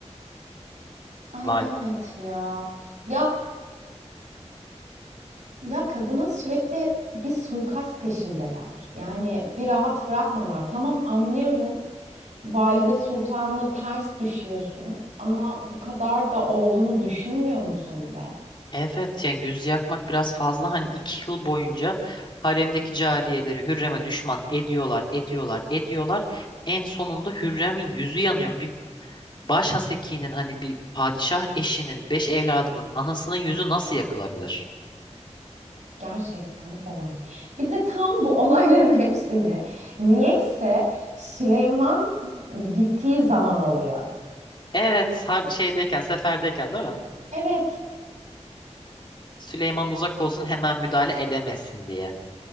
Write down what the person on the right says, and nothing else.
Ay
evet ya. Ya ya kadına sürekli bir suikast peşindeler. Yani bir rahat bırakmalar. Tamam anlıyorum. Valide Sultan'la ters düşüyorsun ama bu kadar da oğlunu düşünmüyor musun be?
Gerçekten olay. Bir de tam bu <laughs> olayların hepsini niyeyse Süleyman gittiği zaman oluyor.
Evet,